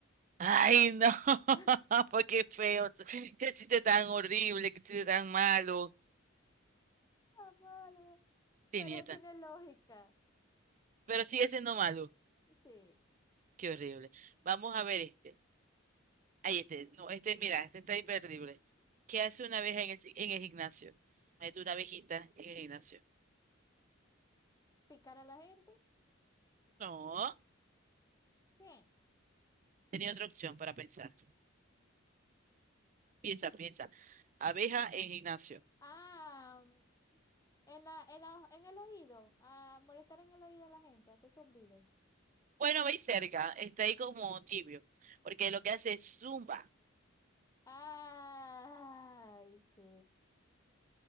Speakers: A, on the right; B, on the left.
A: Ay, no, <laughs>
B: <laughs>
A: pues qué feo. Qué chiste tan horrible, qué chiste tan malo.
B: Ah, malo.
A: Tenía
B: Pero
A: tan.
B: tiene lógica.
A: Pero sigue siendo malo.
B: Sí.
A: Qué horrible. Vamos a ver este. Ahí este. No, este, mira, este está imperdible. ¿Qué hace una abeja en el, ci- en el gimnasio? Mete una abejita en el gimnasio.
B: ¿Picar a la gente?
A: No,
B: ¿Qué?
A: tenía otra opción para pensar. Piensa, piensa. Abeja en gimnasio.
B: Ah, En la, en la- en el oído, a molestar en el oído a la gente, hace zumbido.
A: Bueno, veis cerca, está ahí como tibio, porque lo que hace es zumba.
B: Ay, sí,